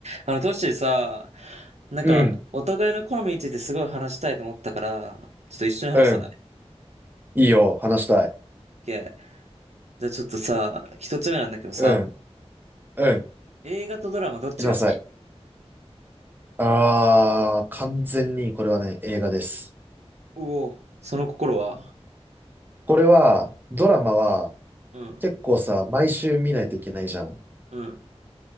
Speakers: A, on the right (about 80°); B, on the right (about 15°).
A: あの、トッシーさ、なんか、
B: うん、
A: お互いの好みについてすごい話したいと思ったから、ちょっと一緒に話さない
B: うん。いいよ、話したい。
A: ?OK。じゃあちょっとさ、一つ目なんだけどさ、
B: うん、うん。
A: 映画とドラマどっちが好き
B: 来なさい。あー、完全にこれはね、映画です。
A: おおー、その心は
B: これは、ドラマは
A: うん、
B: 結構さ、毎週見ないといけないじゃん。
A: うん。